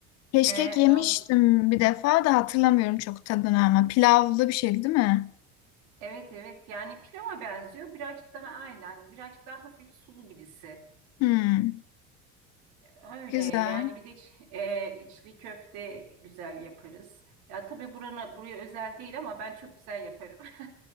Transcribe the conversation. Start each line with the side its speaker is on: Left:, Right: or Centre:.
Left: Keşkek
Right: E,
Left: yemiştim
Right: on,
Left: bir defa da hatırlamıyorum çok tadını ama pilavlı bir şeydi değil mi?
Right: Evet evet yani pilava benziyor birazcık daha aynen birazcık daha hafif sulu gibisi
Left: Hmm,
Right: öyle
Left: güzel.
Right: yani bir de iç- e, içli köfte güzel yaparız ya tabii burana buraya özel değil ama ben çok güzel yaparım <laughs>